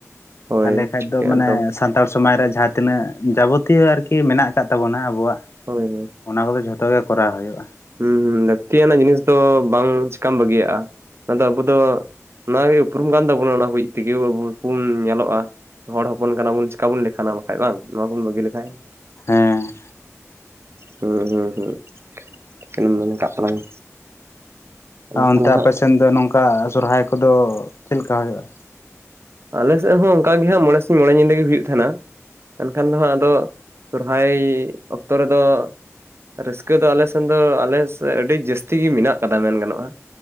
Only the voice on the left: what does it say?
ᱛᱟᱦᱞᱮ ᱠᱷᱟᱡ
ᱫᱚ ᱢᱟᱱᱮ
ᱥᱟᱱ ᱛᱟᱲ ᱥᱚᱢᱟᱡᱽ ᱨᱮ ᱡᱟᱦᱟᱸ ᱛᱤᱱᱟᱹᱜ ᱡᱟᱵᱚᱛᱤᱭᱚ ᱟᱨᱠᱤ ᱢᱮᱱᱟᱜ ᱟᱠᱟᱫ ᱛᱟᱵᱚᱱᱟ ᱟᱵᱚᱣᱟᱜ᱾
ᱚᱱᱟ ᱠᱚᱜᱮ ᱡᱷᱚᱛᱚ ᱜᱮ ᱠᱚᱨᱟᱣ ᱦᱩᱭᱩᱜᱼᱟ᱾
ᱦᱮᱸ,
ᱚᱱᱛᱮ
ᱟᱯᱮᱥᱮᱱ ᱫᱚ ᱱᱚᱝᱠᱟ ᱥᱚᱦᱨᱟᱭ ᱠᱚᱫᱚ ᱪᱮᱫ ᱞᱮᱠᱟ ᱦᱳᱭᱳᱜᱼᱟ?